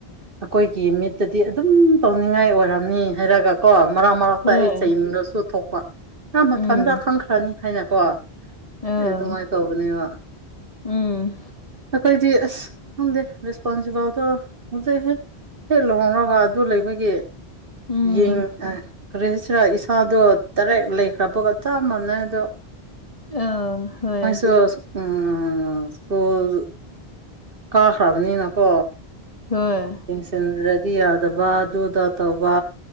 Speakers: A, on the right; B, on the left.
A: ꯑꯩꯈꯣꯏꯒꯤ ꯃꯤꯠꯇꯗꯤ ꯑꯗꯨꯝ ꯇꯧꯅꯤꯡꯉꯥꯏ ꯑꯣꯏꯔꯝꯅꯤ ꯍꯥꯏꯔꯒ ꯀꯣ ꯃꯔꯛ ꯃꯔꯛꯇ
B: ꯍꯣꯏ
A: ꯑꯩ ꯆꯩꯅꯤꯡꯗꯁꯨꯨ ꯊꯣꯛꯄ ꯅꯪ ꯃꯊꯟꯇ
B: ꯎꯝ
A: ꯈꯪꯈ꯭ꯔꯅꯤ ꯍꯥꯏꯅ ꯀꯣ
B: ꯑꯥ
A: ꯑꯗꯨ ꯑꯗꯨꯃꯥꯏ ꯇꯣꯕꯅꯦꯕ
B: ꯎꯝ
A: ꯑꯩꯈꯣꯏꯗꯤ ꯑꯁ ꯈꯪꯗꯦ ꯔꯦꯁꯄꯣꯟꯁꯤꯕꯜꯗꯣ ꯍꯧꯖꯤꯛ ꯍꯧꯖꯤꯛ ꯂꯨꯍꯣꯡꯒ꯭ꯔ ꯑꯗꯨ ꯂꯩꯕꯒꯤ
B: ꯎꯝ
A: ꯌꯦꯡ ꯑ ꯀꯔꯤꯁꯤꯔ ꯏꯁꯥꯗꯣ ꯇꯔꯦꯠ ꯂꯩꯈ꯭ꯔꯕꯒ ꯆꯞ ꯃꯥꯟꯅꯩ ꯑꯗꯣ
B: ꯑ ꯍꯣꯏ
A: ꯃꯣꯏꯁꯨ ꯎꯝ ꯁ꯭ꯀꯨꯜꯖꯨ ꯀꯥꯈ꯭ꯔꯕꯅꯤꯅꯀꯣ
B: ꯍꯣꯏ
A: ꯌꯦꯡꯁꯤꯟꯗ꯭ꯔꯗꯤ ꯌꯥꯗꯕ ꯑꯗꯨꯗ ꯇꯧꯕ